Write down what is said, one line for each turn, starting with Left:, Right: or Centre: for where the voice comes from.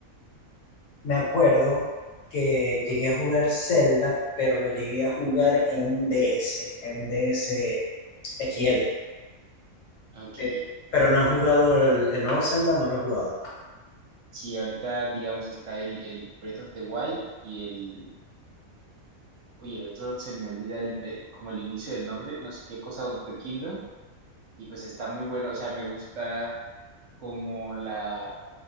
Left: me acuerdo que llegué a jugar Zelda, pero lo llegué a jugar en un DS, en un DS XL.
Right: Ok.
Left: eh, Pero no he jugado el, el nuevo Zelda, no lo he jugado,
Right: Sí, ahorita digamos está el, el Breath of the Wild y el... Oye, el otro se me olvida el- el- como el inicio del nombre, no sé qué cosa of the Kingdom, y pues está muy bueno, o sea, me gusta como la,